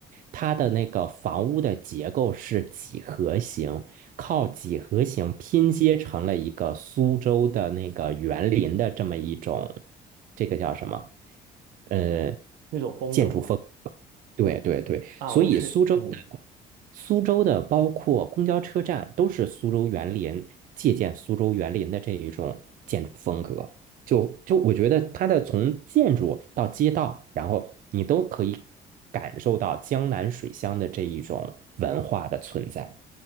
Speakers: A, on the right (about 55°); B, on the right (about 75°).
A: 它的那个房屋的结构是几何形，靠几何形拼接成了一个苏州的那个园林的这么一种，这个叫什么？呃，
B: 那种风格吗？
A: 建筑风。格。对对对，
B: 啊，
A: 所以苏州的苏州的包括公交车站都是苏州园林借鉴苏州园林的这一种建筑风格。
B: 我去，嗯。
A: 就就我觉得它的从建筑到街道，然后你都可以感受到江南水乡的这一种文化的存在。